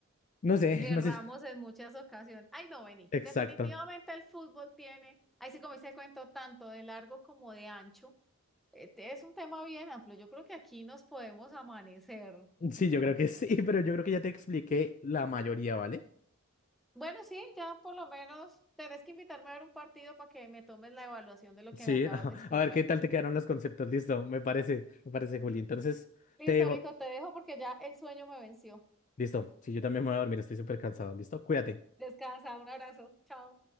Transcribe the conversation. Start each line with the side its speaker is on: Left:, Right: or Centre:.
Left: No sé,
Centre: Erramos
Left: no sé.
Centre: en muchas ocasiones. Ay, no, vení.
Left: Exacto.
Centre: Definitivamente el fútbol tiene, ahí sí como dice el cuento, tanto de largo como de ancho. Este es un tema bien amplio. Yo creo que aquí nos podemos amanecer,
Left: Sí,
Centre: Nico.
Left: yo creo que <laughs> sí, pero yo creo que ya te expliqué la mayoría, ¿vale?
Centre: Bueno, sí, ya por lo menos tenés que invitarme a ver un partido para que me tomes la evaluación de lo
Left: Sí,
Centre: que me acabas
Left: <laughs> ajá.
Centre: de explicar.
Left: A ver qué tal te quedaron los conceptos. Listo, me parece, me parece, Juli. Entonces,
Centre: Listo,
Left: te dejo.
Centre: hijo, te dejo porque ya el sueño me venció.
Left: Listo. Sí, yo también me voy a dormir, estoy súper cansado. Listo, cuídate.
Centre: Descansa, un abrazo, chao.